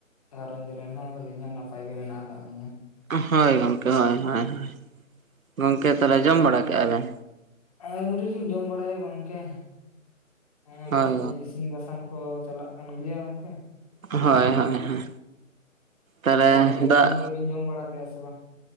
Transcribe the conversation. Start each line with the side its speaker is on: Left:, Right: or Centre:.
Left: ᱜᱷᱟᱨᱚᱸᱡᱽ ᱨᱮᱱ ᱦᱚᱸ ᱟᱹᱞᱤᱧ ᱦᱚᱸ ᱱᱟᱯᱟᱭ ᱜᱮ ᱢᱮᱱᱟᱜ ᱟᱠᱟᱜ ᱞᱤᱧᱟᱹ᱾
Right: ᱦᱳᱭ ᱜᱚᱝᱠᱮ ᱦᱳᱭ ᱦᱳᱭ ᱦᱳᱭ ᱜᱚᱝᱠᱮ ᱛᱟᱦᱚᱞᱮ ᱡᱚᱢ ᱵᱟᱲᱟ ᱠᱮᱜᱼᱟ ᱵᱮᱱ?
Left: ᱟᱹᱣᱨᱤᱞᱤᱧ ᱡᱚᱢ ᱵᱟᱲᱟᱭᱟ ᱜᱚᱝᱠᱮ᱾ ᱦᱚᱸᱜᱼᱚᱭ
Right: ᱦᱳᱭ
Left: ᱤᱥᱤᱱ ᱵᱟᱥᱟᱝ ᱠᱚ ᱪᱟᱞᱟᱜ ᱠᱟᱱ ᱜᱮᱭᱟ ᱜᱚᱝᱠᱮ,
Right: ᱦᱳᱭ ᱦᱳᱭ ᱦᱳᱭ᱾ ᱛᱟᱦᱚᱞᱮ
Left: ᱟᱫᱚ ᱜᱚᱝᱠᱮ ᱟᱹᱵᱤᱱ
Right: ᱫᱟᱜ
Left: ᱜᱮᱵᱤᱱ ᱡᱚᱢ ᱵᱟᱲᱟ ᱠᱮᱭᱟ ᱥᱮ ᱵᱟᱝ?